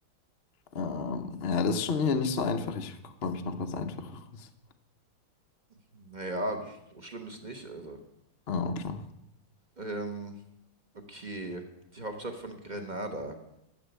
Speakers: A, on the left (about 60°); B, on the right (about 35°).
A: Ähm, ja, das ist schon hier nicht so einfach. Ich guck mal, ob ich noch was Einfacheres.
B: naja, so schlimm ist nicht. Also.
A: Ah, okay.
B: Ähm, okay. Die Hauptstadt von Grenada.